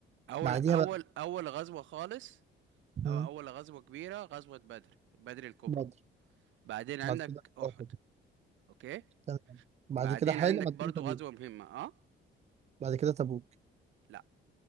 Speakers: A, on the right (about 75°); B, on the right (about 35°).
A: اول
B: بعديها
A: اول
B: بقى
A: اول غزوة خالص
B: مم،
A: أو أول غزوة كبيرة غزوة بدر بدر الكبرى
B: بدر
A: بعدين عندك
B: بعد كده
A: أحد
B: احد
A: أوكي
B: تمام بعد
A: بعدين
B: كده حاجة
A: عندك
B: بعد
A: برضو
B: كده تبوك
A: غزوة مهمة أه
B: بعد كده تبوك
A: لا